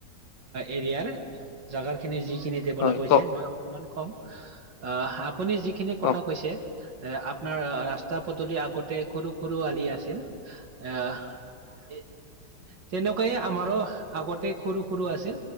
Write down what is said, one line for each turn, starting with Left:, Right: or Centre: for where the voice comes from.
Right: এৰিয়াৰ জাগাৰ খিনি যিখিনি ডেভেলপ
Left: হয়
Right: হৈছে,
Left: কওক
Right: মই অকমান কম। আহ' আপুনি যিখিনি
Left: কওক
Right: কথা কৈছে এ' আপনাৰ ৰাস্তা পদূলি আগতে সৰু সৰু আলি আছিল। এ' এ' তেনেকুৱাই, আমাৰো আগতে সৰু সৰু আছিল।